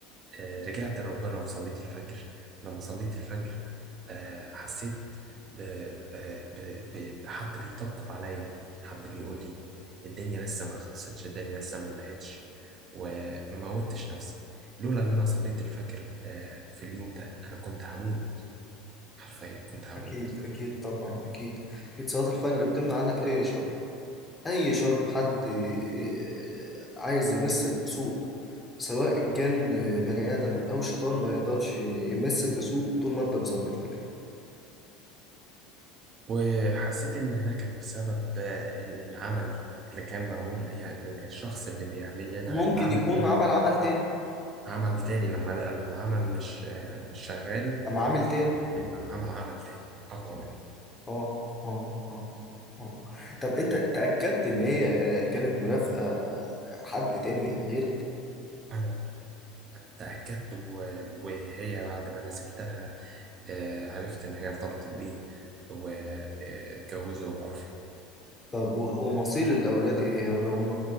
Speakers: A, on the right; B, on the left.
A: آه، رجعت لربنا وصليت الفجر لما صليت الفجر آه، حسيت ب... آه، ب... ب... بحد بيطبطب عليا حد بيقول لي الدنيا لسه ما خلصتش الدنيا لسه ما انتهتش وما موتش نفسي لولا ان انا صليت الفجر آه، في اليوم ده انا كنت هموت حرفيا كنت هموت
B: اكيد اكيد طبعا اكيد اكيد صلاة الفجر بتمنع عنك اي شر اي شر حد <laughs> عايز يمسك بسوء سواء كان بني آدم او شيطان ما يقدرش يمسك بسوء طول ما انت مصلي الفجر
A: وحسيت ان ده كان بسبب آه، ال- العمل اللي كان معمول يعني ال- الشخص اللي بيعمل لنا
B: ممكن
A: العمل
B: يكون
A: ده
B: عمل عمل تاني
A: عمل تاني لما لقى العمل مش مش شغال
B: أم عامل تاني
A: فإنما عمل عمل تاني أقوى منه
B: اه اه اه اه طب انت تأكدت ان هي آه، كانت مرافقة آه، حد تاني غيرك
A: أنا أنا تأكدت و- وهي بعد ما أنا سبتها آه، عرفت إن هي ارتبطت بيه واتجوزوا عرفي
B: طب و- ومصير الاولاد ايه هل هم